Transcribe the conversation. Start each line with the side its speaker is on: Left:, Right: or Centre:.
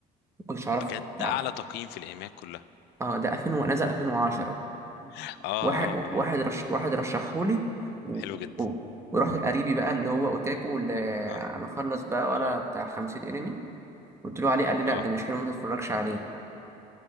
Right: ما كنتش اعرفه
Left: بجد
Right: تعال
Left: ده اعلى تقييم في الايميات كلها
Right: اه ده 2000 و- نزل 2010
Left: اه
Right: واحد
Left: اه
Right: واحد
Left: اه
Right: رش واحد رشحهولي و...
Left: حلو جدا
Right: و... ورحت لقريبي بقى اللي هو اوتاكو اللي
Left: اه
Right: مخلص بقى ولا
Left: اه
Right: بتاع 50 انمي قلت له عليه قال لي لا
Left: اه
Right: ده مش حلو ما تتفرجش عليه